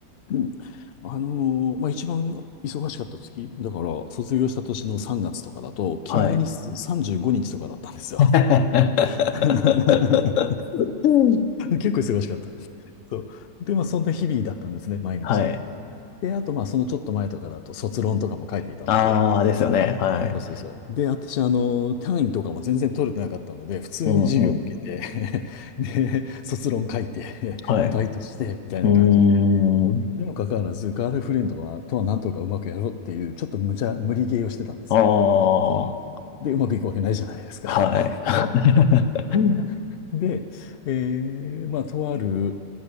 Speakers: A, on the left (about 85°); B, on the left (about 60°).
A: うん。あの、まあ、一番忙しかった月、だから、卒業した年の3月とかだと、勤務日数35日とかだったんですよ。
B: はい。<laughs>
A: <laughs> 結
B: うん
A: 構忙しかった。そう。で、まあ、そんな日々だったんですね、毎日。
B: はい。
A: で、あと、まあ、そのちょっと前とかだと、卒論とかも書いていたので、
B: ああですよね。はい。
A: そうそうそう。で、私、あの、単位とかも全然取れてなかったので、普通に授業受けて
B: うん、うん。
A: <laughs> で、卒論書いて
B: はい。
A: <laughs> バイトして、みたいな感じで。
B: うーん。
A: にもかかわらず、ガールフレンドは、とはなんとかうまくやろうっていう、ちょっと無茶、無理ゲーをしてたんですよ。
B: ああ
A: で、うまくいくわけないじゃないですか。
B: はい。<laughs>
A: <laughs> で、えー、まあ、とある、